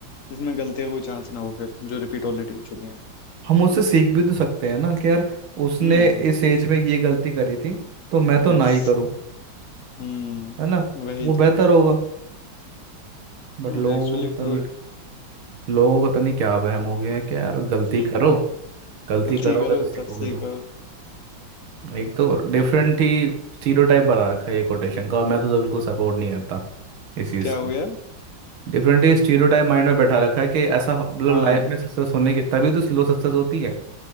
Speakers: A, on the left (about 50°); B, on the right (about 85°).
A: जिसमें गलती का कोई चांस ना हो फिर जो रिपीट ऑलरेडी हो चुकी है
B: हम उससे सीख भी तो सकते हैं ना कि यार उसने
A: हम्म
B: इस एज में ये गलती करी थी तो मैं तो
A: यस
B: ना ही करूं
A: हम्म
B: है ना
A: वही
B: वो
A: तो
B: बेहतर होगा बट
A: हम्म
B: लोगों
A: एक्चुअली
B: को पता
A: ट्रू
B: नहीं
A: है
B: लोगों को पता नहीं क्या वहम हो गया है कि यार गलती
A: <laughs>
B: करो गलती
A: गलती
B: करोगे
A: करो
B: तो सीखोगे
A: तब सीखो
B: तो एक तो डिफरेंट ही स्टीरियोटाइप बना रखा है ये कोटेशन का और मैं तो बिल्कुल सपोर्ट नहीं करता इस चीज़
A: क्या
B: को
A: हो गया
B: डिफरेंट ही स्टीरियोटाइप माइंड में बैठा रखा है कि ऐसा हो- मतलब
A: हाँ
B: लाइफ में सक्सेस होने की तभी तो स्लो सक्सेस होती है